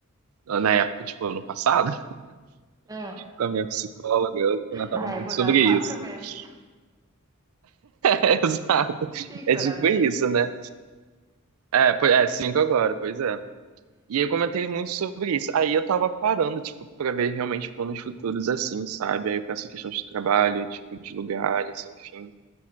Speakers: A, on the right; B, on the right.
A: na época, tipo, ano passado,
B: Ah,
A: com a minha psicóloga, eu comentava
B: Na
A: muito
B: época,
A: sobre
B: quatro
A: isso.
B: meses.
A: <laughs> É, Exato.
B: Cinco,
A: É tipo
B: né, agora?
A: isso, né? É, po- é, cinco agora, pois é. E eu comentei muito sobre isso. Aí eu tava parando, tipo, pra ver realmente planos futuros assim, sabe? Aí eu penso em questões de trabalho, tipo, de lugares, enfim.